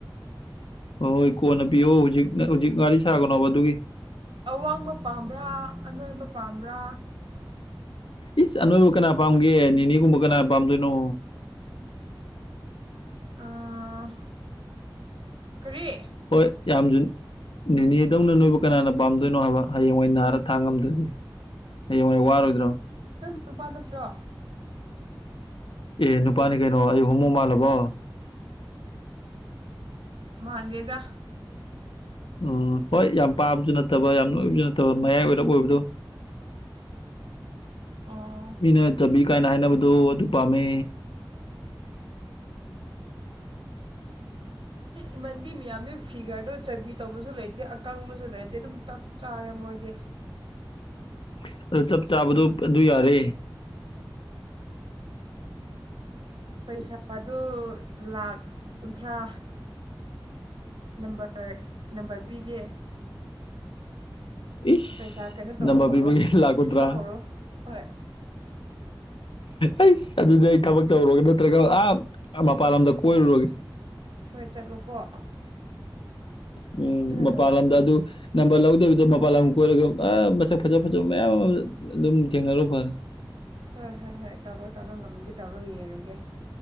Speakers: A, on the left (about 85°); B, on the right (about 85°).
A: ꯍꯣꯏ ꯀꯣꯟꯅ ꯄꯤꯌꯣ ꯍꯧꯖꯤꯛ ꯍꯧꯖꯤꯛ ꯉꯥꯔꯤ ꯁꯥꯒꯅꯣꯕ ꯑꯗꯨꯒꯤ
B: ꯑꯋꯥꯡꯕ ꯄꯥꯝꯕ꯭ꯔꯥ ꯑꯅꯣꯏꯕ ꯄꯥꯝꯕ꯭ꯔꯥ
A: ꯏꯁ ꯑꯥꯅꯣꯏꯕꯨ ꯀꯅꯥ ꯄꯥꯝꯒꯦ ꯅꯤꯅꯦꯒꯨꯝꯕ ꯀꯅꯥ ꯄꯥꯝꯗꯣꯏꯅꯣ
B: ꯑ ꯀꯔꯤ
A: ꯍꯣꯏ ꯌꯥꯝꯖꯨꯟ ꯅꯦꯅꯦꯗꯧꯅ ꯅꯣꯏꯕꯨ ꯀꯅꯥꯅ ꯄꯥꯝꯗꯣꯏꯅꯣ ꯍꯥꯏꯕ ꯍꯌꯦꯡꯋꯥꯏ ꯅꯥꯔ ꯊꯥꯡꯉꯝꯗ꯭ꯔꯗꯤ ꯍꯌꯦꯡ ꯋꯥꯔꯣꯏꯗ꯭ꯔꯣ
B: ꯅꯪ ꯅꯨꯄꯥ ꯅꯠꯇ꯭ꯔꯣ
A: ꯑꯦ ꯅꯨꯄꯥꯅꯤ ꯀꯩꯅꯣ ꯑꯩ ꯍꯨꯝꯃꯣ ꯃꯥꯜꯂꯕꯣ
B: ꯃꯥꯟꯗꯦꯗ
A: ꯎꯝ ꯍꯣꯏ ꯌꯥꯝ ꯄꯥꯕꯁꯨ ꯅꯠꯇꯕ ꯌꯥꯝ ꯅꯣꯏꯕꯁꯨ ꯅꯠꯇꯕ ꯃꯌꯥꯏ ꯑꯣꯏꯔꯞ ꯑꯣꯏꯕꯗꯣ <inaudible>
B: ꯑꯣ
A: ꯃꯤꯅ ꯆꯕꯤ ꯀꯥꯏꯅ ꯍꯥꯏꯅꯕꯗꯣ ꯑꯗꯨ ꯄꯥꯝꯃꯦ <inaudible>
B: ꯏꯃꯟꯕꯤ ꯃꯌꯥꯝꯗꯤ ꯐꯤꯒꯔꯗꯣ ꯆꯕꯤ ꯇꯧꯕꯁꯨ ꯂꯩꯇꯦ ꯑꯀꯪꯕꯁꯨ ꯂꯩꯇꯦ ꯑꯗꯨꯝ ꯆꯞ ꯆꯥꯔꯦ ꯃꯣꯏꯗꯤ
A: <inaudible> ꯑꯗꯨ ꯆꯞ ꯆꯥꯕꯗꯣ ꯑꯗꯨ ꯌꯥꯔꯦ
B: ꯄꯩꯁꯥꯗꯨ ꯂꯥꯛ ꯀꯨꯟꯊ꯭ꯔꯥ ꯅꯝꯕꯔ ꯅꯝꯕꯔ ꯄꯤꯒꯦ
A: ꯏꯁ
B: ꯄꯩꯁꯥ ꯀꯩꯅꯣ ꯇꯧꯕ
A: ꯅꯝꯕꯔ
B: ꯍꯧꯔꯣ
A: ꯄꯤꯕꯒꯤ ꯂꯥꯛ ꯀꯨꯟꯊ꯭ꯔꯥ
B: ꯊꯤꯕ ꯍꯧꯔꯣ ꯍꯣꯏ
A: ꯑꯩꯁ ꯑꯗꯨꯗꯤ ꯑꯩ ꯊꯕꯛ ꯇꯧꯔꯨꯔꯒꯦ ꯅꯠꯇ꯭ꯔꯒ ꯑ ꯃꯄꯥꯟ ꯂꯝꯗ ꯀꯣꯏꯔꯨꯔꯒꯦ
B: ꯍꯣꯏ ꯆꯠꯂꯨꯀꯣ
A: ꯎꯝ
B: ꯑꯗꯨꯅ
A: ꯃꯄꯥꯜ
B: ꯅꯨꯡꯉꯥꯏꯕꯅꯦ
A: ꯂꯝꯗ ꯑꯗꯨ ꯅꯝꯕꯔ ꯂꯧꯗꯕꯤ ꯃꯄꯥꯜ ꯂꯝ ꯀꯣꯏꯔꯒ ꯑ ꯃꯁꯛ ꯐꯖ ꯐꯖꯕ ꯃꯌꯥꯝ ꯑꯃ ꯑꯗꯨꯝ ꯊꯦꯡꯅꯔꯨ ꯐꯔꯦ
B: ꯍꯣꯏ ꯍꯣꯏ ꯍꯣꯏ ꯇꯧꯔꯣ ꯇꯧꯔꯣ ꯉꯝꯃꯗꯤ ꯇꯧꯔꯣ ꯌꯦꯡꯉꯒꯦ